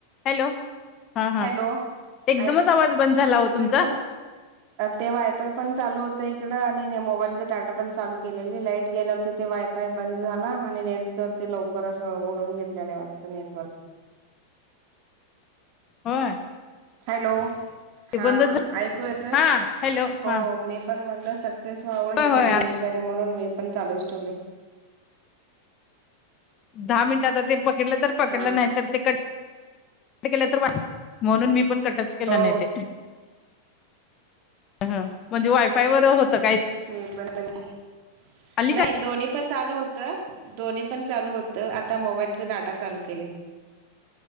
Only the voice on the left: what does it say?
हॅलो हा हा
एकदमच
आवाज बंद झाला हो तुमचा.
होय.
ते
बंदच
हा हॅलो
हा
होय
होय
दहा मिनिट आता ते पकडलं तर पकडलं
नाही तर ते कट केलं तर वा म्हणून मी पण कटच केला
नाही ते ह. म्हणजे वायफाय वर होतात.
आली काय